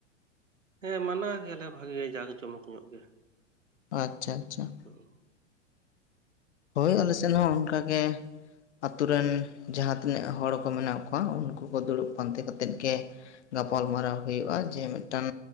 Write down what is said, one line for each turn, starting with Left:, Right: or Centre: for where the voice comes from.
Right: ᱦᱮᱸ ᱢᱟᱱᱟᱣ ᱜᱮᱭᱟᱞᱮ ᱵᱷᱟᱜᱮ ᱡᱟᱠ ᱡᱚᱢᱚᱠ ᱧᱚᱜ ᱜᱮ᱾
Left: ᱟᱪᱪᱷᱟ ᱟᱪᱪᱷᱟ ᱾
Right: ᱦᱩᱜ ᱦᱩᱸ
Left: ᱦᱳᱭ ᱟᱞᱮ ᱥᱮᱱ ᱦᱚᱸ ᱚᱱᱠᱟᱜ ᱜᱮ ᱟᱹᱛᱳ ᱨᱮᱱ
Right: ᱦᱮᱸ
Left: ᱡᱟᱦᱟᱛ ᱛᱤᱱᱟᱹᱜ ᱦᱚᱲ ᱠᱚ ᱢᱮᱱᱟᱜ ᱠᱚᱣᱟ ᱩᱱᱠᱩ ᱠᱚ ᱫᱩᱲᱩᱵ ᱯᱟᱱᱛᱮ ᱠᱟᱛᱮᱫ ᱜᱮ ᱜᱟᱯᱟᱞᱢᱟᱨᱟᱣ ᱦᱳᱭᱳᱜ-ᱟ ᱡᱮ ᱢᱤᱫᱴᱟᱱ